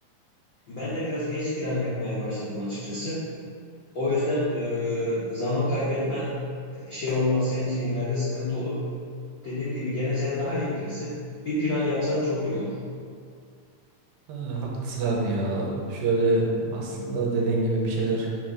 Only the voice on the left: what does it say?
Ben de biraz geç plan yapmaya başladım açıkçası. O yüzden e, zaman kaybetmen e, şey olmaz senin için ileride sıkıntı olur. Dediğim gibi gene sen daha iyi bilirsin. Bir plan yapsan çok iyi olur.